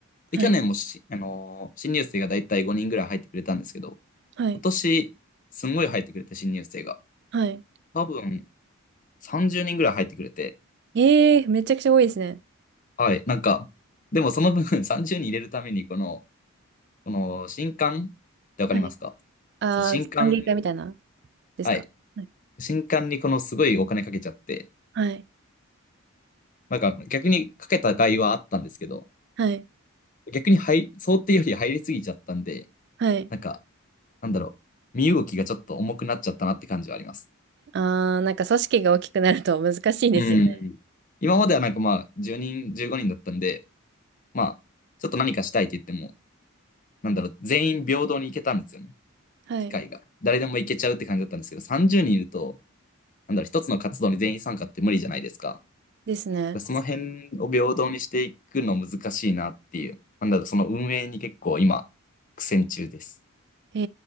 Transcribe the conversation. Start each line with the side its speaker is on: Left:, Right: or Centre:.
Left: で、
Right: はい、
Left: 去年もし、あのー新入生がだいたい5人ぐらい入ってくれたんですけど、
Right: はい、
Left: 今年、すんごい入ってくれた新入生が、
Right: はい。
Left: 多分30人ぐらい入ってくれて、
Right: えー、めちゃくちゃ多いですね。
Left: はい、なんか、でもその分 <laughs> 30人入れるために、この、この新刊ってわかりますか
Right: はい。ああ、
Left: その新刊、
Right: 歓迎会みたいな、ですかはい、
Left: はい、新刊にこのすごいお金かけちゃって、
Right: はい、
Left: なんか逆にかけた甲斐はあったんですけど、
Right: はい。
Left: 逆に入、想定より入りすぎちゃったんで、
Right: はい
Left: なんか、なんだろう、身動きがちょっと重くなっちゃったなって感じはあります。
Right: ああー、なんか組織が大きくなると難しいですよね。
Left: うん。今まではなんかまあ、10人、15人だったんで、まあ、ちょっと何かしたいって言っても、なんだろう、全員平等に行けたんですよね、
Right: はい
Left: 機会が。誰でも行けちゃうって感じだったんですけど、30人いると、なんだろう、一つの活動に全員参加って無理じゃないですか。
Right: ですね。
Left: その辺を平等にしていくの難しいなっていう、なんだろう、その運営に結構今、苦戦中です。
Right: へ